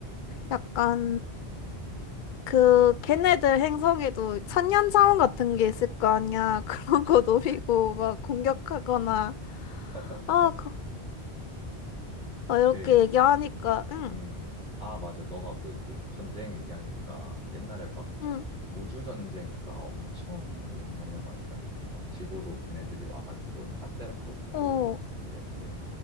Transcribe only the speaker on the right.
그치.
<laughs> 맞아
맞아.
그
음. 아, 맞아. 너가 그그 전쟁 얘기하니까 옛날에 막
우주전쟁인가? 엄청 옛날 영화 있잖아. 막 지구로 걔네들이 와가지고 다 때려 부수고
이랬는데